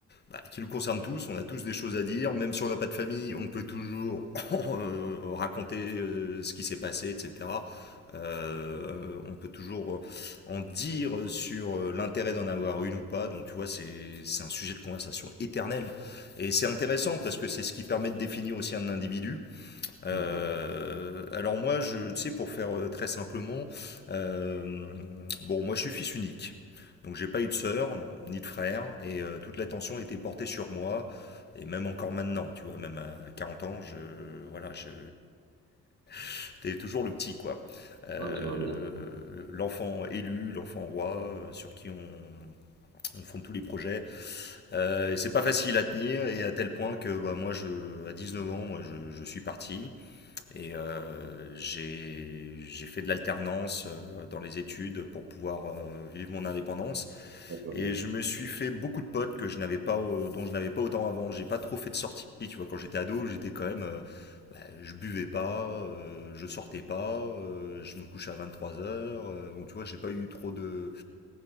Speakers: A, on the left; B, on the right.
A: bah, qui nous concerne tous. On a tous des choses à dire, même si on n'a pas de famille, on peut toujours <laughs> euh, raconter euh, ce qui s'est passé, etc. Euh, on peut toujours en dire sur euh, l'intérêt d'en avoir une ou pas. Donc, tu vois, c'est c'est un sujet de conversation éternel. Et c'est intéressant parce que c'est ce qui permet de définir aussi un individu. Euh,
B: Mhm.
A: alors moi, je, tu sais, pour faire euh, très simplement, euh, bon, moi je suis fils unique, donc j'ai pas eu de sœur ni de frère, et euh, toute l'attention était portée sur moi, et même encore maintenant, tu vois, même à 40 ans, je, voilà, je, <laughs> t'es toujours le petit, quoi, Euh,
B: Ouais, je vois bien.
A: le- l'enfant élu, l'enfant roi, euh, sur qui on, on fonde tous les projets. Euh, et c'est pas facile à tenir, et à tel point que bah, moi, je, à 19 ans, moi je, je suis parti. Et euh, j'ai j'ai fait de l'alternance euh, dans les études pour pouvoir euh, vivre mon indépendance.
B: Ouais, je vois
A: Et
B: bien.
A: je me suis fait beaucoup de potes que je n'avais pas, au- dont je n'avais pas autant avant. J'ai pas trop fait de sorties. Tu vois, quand j'étais ado, j'étais quand même, euh, bah, je buvais pas, euh, je sortais pas, euh, je me couchais à 23 heures. euh, bon, tu vois, j'ai pas eu trop de